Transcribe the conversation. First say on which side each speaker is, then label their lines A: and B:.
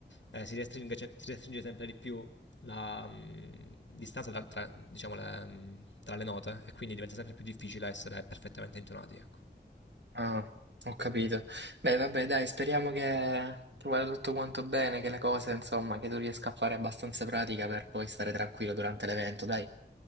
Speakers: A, on the left; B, on the right.
A: eh, si, restringe, si restringe sempre di più la mh, distanza tra, tra, diciamo, le, mh, tra le note e quindi diventa sempre più difficile essere perfettamente intonati. Ecco.
B: Ah, ho capito. Beh, vabbè, dai, speriamo che tu vada tutto quanto bene, che le cose, insomma, che tu riesca a fare abbastanza pratica per poi stare tranquillo durante l'evento, dai.